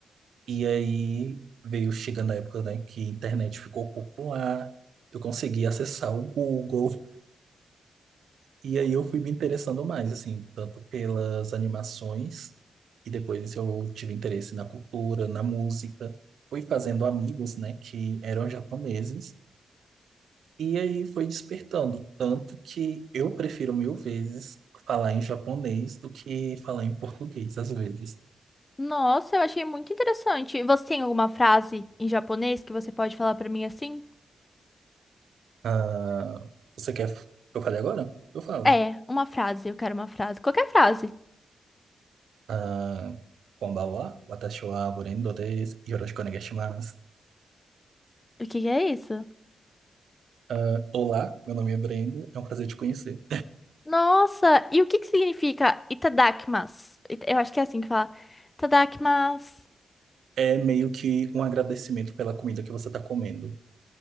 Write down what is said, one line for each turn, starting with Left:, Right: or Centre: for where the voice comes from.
Right: E aí veio chegando a época, né, que a internet ficou popular, eu consegui acessar o Google, e aí eu fui me interessando mais, assim, tanto pelas animações, e depois eu tive interesse na cultura, na música. Fui fazendo amigos, né, que eram japoneses, E aí foi despertando, tanto que eu prefiro mil vezes falar em japonês do que falar em português, às vezes.
Left: nossa, eu achei muito interessante. Você tem alguma frase em japonês que você pode falar pra mim assim?
Right: Ah, você quer que eu fale agora? Eu falo.
Left: É, uma frase, eu quero uma frase. Qualquer frase.
Right: Ah, konbanwa, watashi wa Brendo desu, yoroshiku onegai shimasu.
Left: O que que é isso?
Right: Ah, olá, meu nome é Brendo, é um prazer te conhecer.
Left: Nossa, e o que que significa itadakimasu? It- Eu acho que é assim que fala. Itadakimasu.
Right: É meio que um agradecimento pela comida que você está comendo.